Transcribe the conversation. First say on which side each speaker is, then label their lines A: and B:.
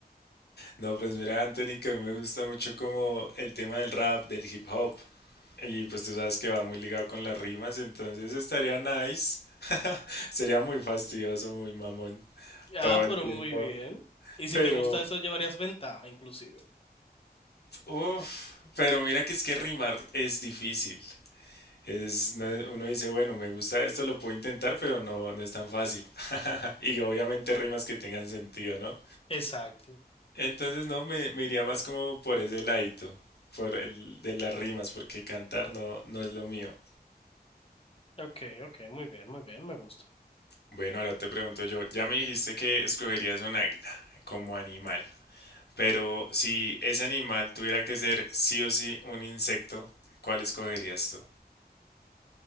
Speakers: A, on the left; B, on the left.
A: No, pues mira, Anthony, que a mí me gusta mucho como el tema del rap, del hip hop. Y pues tú sabes que va muy ligado con las rimas, entonces estaría nice. <laughs> Sería muy fastidioso, muy mamón
B: Ah,
A: todo el
B: pero
A: tiempo.
B: muy bien. Y si
A: Pero,
B: te gusta eso, llevarías ventaja, inclusive.
A: uff, pero mira que es que rimar es difícil. Es, no- uno dice, bueno, me gusta esto, lo puedo intentar, pero no, no es tan fácil. <laughs> Y obviamente rimas que tengan sentido, ¿no?
B: Exacto.
A: Entonces no, me, me iría más como por ese ladito, por el de las rimas, porque cantar no, no es lo mío.
B: Ok, ok, muy bien, muy bien, me gusta.
A: Bueno, ahora te pregunto yo, ya me dijiste que escogerías un águila como animal, pero si ese animal tuviera que ser sí o sí un insecto, ¿cuál escogerías tú?